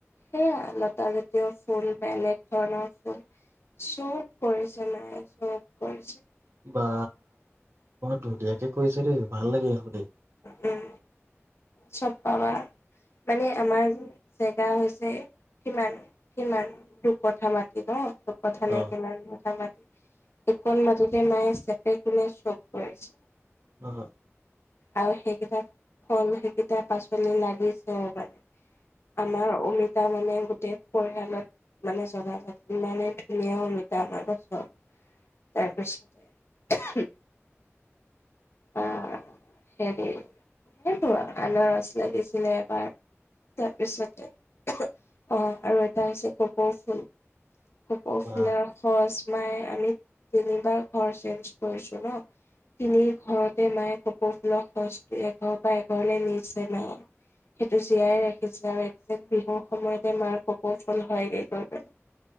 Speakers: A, on the left; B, on the right.
A: সেয়া লতা জাতীয় ফুল বেলেগ ধৰণৰ ফুল চব কৰিছে মায়ে চব কৰিছে।
B: বা। অ ধুনীয়াকে কৈছে দেই ভাল লাগিছে শুনি। ই।
A: উ'ম। চব পাবা। মানে আমাৰ জেগা হৈছে। কিমান কিমান দু কথা মাতি ন। দু কথা
B: অ
A: লে কিমান কথা মাতি। একণ মাটিতে নাই। পেগ বুলে চব কৰিছে।
B: উ হ।
A: আৰু সেইকেইটা ফল সেই। কেতিয়া পাচলি লাগিছেও মানে। আমাৰ অমিতা। তাৰ মানে গোটেই পৰিয়ালত মানে জ্বলা জ্বল ইমানেই ধুনীয়া অমিতা আমাৰ গছ তাৰপিছতে আহ হেৰি সেইবোৰ আৰু। আনৰস লাগিছিলে এবাৰ তাৰপিছতে এ আৰু এটা হৈছে কপৌ ফুল। কপৌফুলৰ
B: বা
A: সজ। মায়ে আমি তিনিবাৰ ঘৰ চেঞ্জ কৰিছো ন তিনি ঘৰতে মায়ে কপৌ ফুলৰ সজ এঘৰ বা এঘৰ। নিছে নাই সেইটো জীয়াই ৰাখিছে আৰু একে্ট বিহুৰ সময়তে মাৰ কপৌ ফুল হয়গৈ গৈ।